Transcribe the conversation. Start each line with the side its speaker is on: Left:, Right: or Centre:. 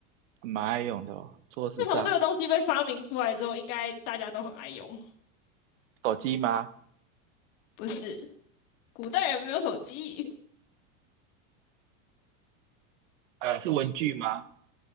Right: 蛮爱用的哦。桌子上，
Left: 自从这个东西被发明出来之后，应该大家都很爱用。
Right: 手机吗？
Left: 不是，古代人没有手机，
Right: 呃，是文具吗？